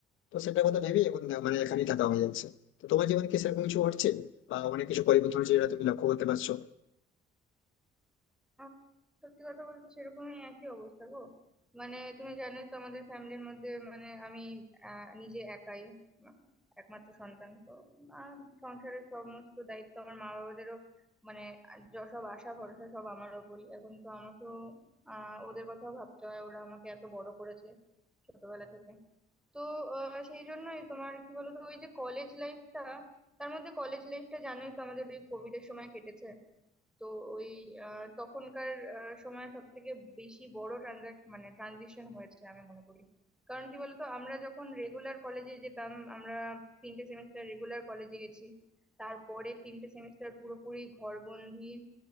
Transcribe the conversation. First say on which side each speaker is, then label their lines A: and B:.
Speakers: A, on the left; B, in the centre.
A: তো সেটার কথা ভেবেই এখন আহ, মানে এখানেই থাকা হয়ে যাচ্ছে তো তোমার জীবনে কি সেরকম কিছু হচ্ছে বা অনেক কিছু পরিবর্তন হচ্ছে যেটা তুমি লক্ষ্য করতে পারছো
B: আম, সত্যি কথা বলতে সেরকমই একই অবস্থা গো মানে তুমি জানোই তো আমাদের ফ্যামিলির মধ্যে মানে আমি আহ, নিজে একাই মা- একমাত্র সন্তান তো আর সংসারের সমস্ত দায়িত্ব আমার মা বাবাদেরও মানে য- সব আশা ভরসা সব আমার ওপরই এখন তো আমাকেও আহ ওদের কথাও ভাবতে হয় ওরা আমাকে এত বড় করেছে ছোটবেলা থেকে তো আহ, সেই জন্যই তোমার কি বলতো ওই যে কলেজ লাইফটা তার মধ্যে কলেজ লাইফটা জানোই তো আমাদের ওই কোভিড এর সময় কেটেছে তো ওই আহ, তখনকার আহ, সময় সব থেকে বেশি বড় ট্রানজাকশন মানে ট্রানজিশন হয়েছে আমি মনে করি কারণ কি বলতো আমরা যখন রেগুলার কলেজে যেতাম আমরা তিনটে সেমিস্টার রেগুলার কলেজে গেছি তারপরে তিনটে সেমিস্টার পুরোপুরি ঘরবন্দি